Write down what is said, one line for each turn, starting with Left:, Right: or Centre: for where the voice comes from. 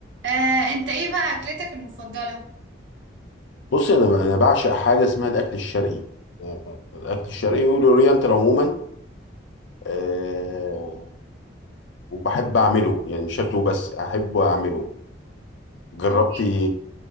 Right: آه، انت ايه بقى اكلتك المفضلة؟
Left: بص انا انا بعشق حاجه اسمها الاكل الشرقي آه، الاكل الشرقي والاورينتال عموما أه وبحب اعمله يعني مش شكله بس احب اعمله جربتي
Right: اوكي